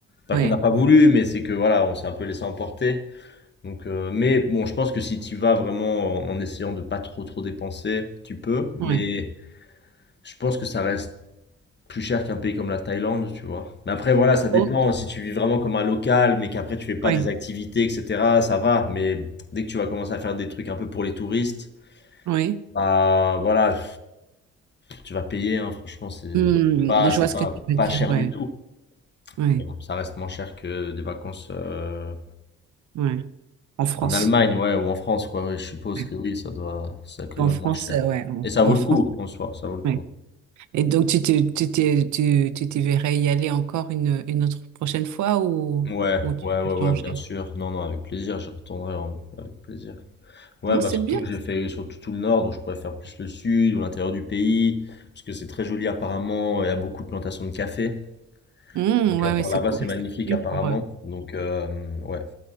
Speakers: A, on the left; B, on the right.
A: pas
B: Ouais,
A: qu'on n'a pas voulu, mais c'est que voilà, on s'est un peu laissé emporter. Donc, euh, mais bon, je pense que si tu vas vraiment en, en essayant de pas trop trop dépenser, tu peux. Mais
B: ouais.
A: je pense que ça reste plus cher qu'un pays comme la Thaïlande, tu vois. Mais après, voilà, ça dépend.
B: Oh,
A: Si tu vis vraiment comme un local, mais qu'après tu fais pas
B: ouais,
A: des activités, etc., ça va. Mais dès que tu vas commencer à faire des trucs un peu pour les touristes,
B: ouais.
A: bah voilà, tu vas payer, hein. Franchement, c'est
B: Hmm,
A: pas,
B: je
A: c'est
B: vois ce
A: pas,
B: que tu veux
A: pas
B: dire.
A: cher
B: Ouais,
A: du tout.
B: ouais,
A: Mais Bon, ça reste moins cher que des vacances euh,
B: ouais. En France.
A: en Allemagne, ouais, ou en France, quoi. Ouais, je suppose
B: Ouais.
A: que oui, ça doit, ça quand
B: En
A: même
B: France,
A: moins cher.
B: euh, ouais. En,
A: Et ça vaut
B: en
A: le
B: France,
A: coup, en soi, ça vaut le coup.
B: ouais. Et donc, tu te, tu te, tu, tu t'y verrais y aller encore une, une autre prochaine fois ou,
A: Ouais,
B: ou tu
A: ouais, ouais,
B: veux
A: ouais,
B: changer?
A: bien sûr. Non, non, avec plaisir, je retournerai en- avec plaisir. Ouais,
B: Non,
A: bah
B: c'est
A: surtout
B: bien.
A: que j'ai fait surtout tout le nord, donc je pourrais faire plus le sud ou l'intérieur du pays, parce que c'est très joli apparemment, il y a beaucoup de plantations de café.
B: Hmm,
A: Donc
B: ouais,
A: euh, par
B: ouais, c'est
A: là-bas, c'est
B: ouais,
A: magnifique
B: c'est cool
A: apparemment.
B: pour eux.
A: Donc euh, ouais,